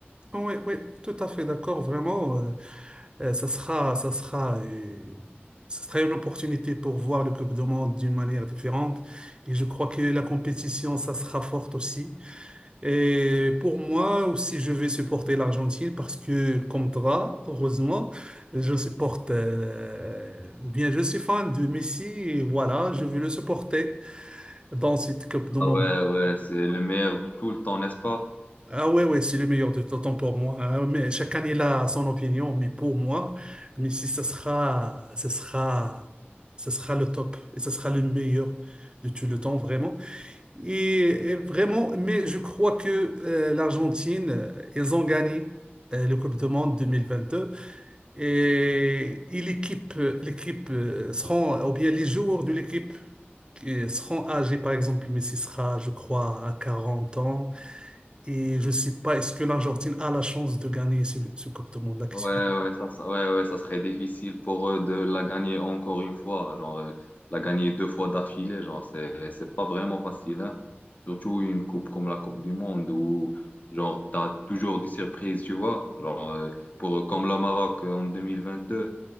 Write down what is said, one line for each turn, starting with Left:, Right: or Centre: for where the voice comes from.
Right: Ah Oui, oui, tout à fait d'accord, vraiment. euh, euh, ça sera, ça sera, euh, ça sera une opportunité pour voir le Coupe du Monde d'une manière différente. Et je crois que la compétition, ça sera forte aussi. Et pour moi aussi, je vais supporter l'Argentine parce que, comme toi, heureusement, je supporte, euh, ou bien je suis fan de Messi et voilà, je vais le supporter dans cette Coupe du Monde.
Left: Ah ouais, ouais, c'est le meilleur de tout le temps, n'est-ce pas?
Right: Ah ouais, ouais, c'est le meilleur de tout temps pour moi. hein. Mais chacun il a son opinion, mais pour moi, Messi, ce sera, ce sera, ce sera le top et ce sera le meilleur de tout le temps, vraiment. Et, et vraiment, mais je crois que euh, l'Argentine, euh, ils ont gagné euh, le Coupe du Monde 2022 et, et l'équipe, euh, l'équipe euh, seront, ou bien les joueurs de l'équipe qui seront âgés, par exemple, Messi sera, je crois, à 40 ans et je ne sais pas, est-ce que l'Argentine a la chance de gagner ce, ce Coupe du Monde-là? Qu'est-ce
Left: Ouais,
Right: que-
Left: ouais, ça, ça- ouais, ouais, ça serait difficile pour eux de la gagner encore une fois. Genre, euh, la gagner deux fois d'affilée, genre, c'est, c'est pas vraiment facile, hein. Surtout une coupe comme la Coupe du Monde où, genre, t'as toujours des surprises, tu vois. Genre, euh, pour, comme le Maroc euh, en 2022,